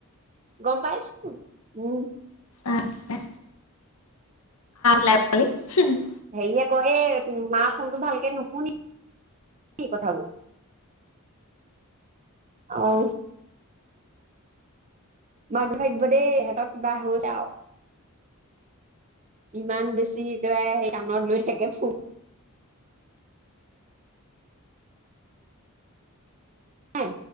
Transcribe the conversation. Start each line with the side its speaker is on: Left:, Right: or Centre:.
Right: গম পাইছো উম,
Left: অ পিল <unintelligible> ল <unintelligible>
Right: হেৰিহে কইয়ে আছিল মাৰ ফোনটো ভালকে নুশুনি <unintelligible> কি কথাবোৰ। অহ, মানুহ থাকিব দেই হঠাৎ কিবা হৈ যায়। ইমান বেছি কয় সেই কানত লৈ থাকে ফোন হয়।